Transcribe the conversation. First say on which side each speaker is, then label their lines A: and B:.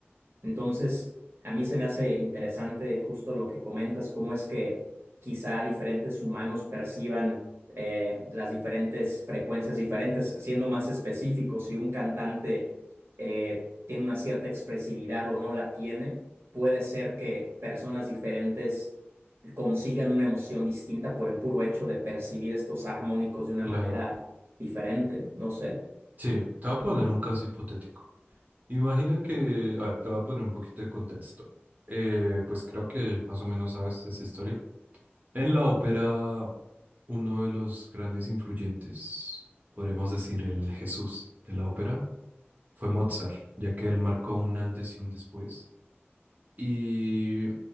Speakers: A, on the right; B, on the right.
A: entonces, a mí se me hace interesante justo lo que comentas, cómo es que quizá diferentes humanos perciban eh, las diferentes frecuencias diferentes. Siendo más específico, si un cantante eh, tiene una cierta expresividad o no la tiene, puede ser que personas diferentes consigan una emoción distinta por el puro hecho de percibir estos armónicos de una
B: Claro.
A: manera diferente. No sé,
B: Sí, te voy a poner un caso hipotético. Imagina que, a ver, te voy a poner un poquito de contexto. Eh, pues creo que más o menos sabes esa historia. En la ópera, uno de los grandes influyentes, podríamos decir el Jesús de la ópera, fue Mozart, ya que él marcó un antes y un después. Y